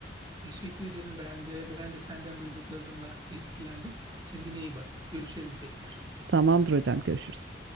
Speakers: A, on the right (about 25°); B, on the right (about 75°).
A: Teşekkür ederim ben de. Ben de senden duyduklarımla etkilendim. Kendine iyi bak. Görüşelim tekrar.
B: Tamamdır hocam, görüşürüz.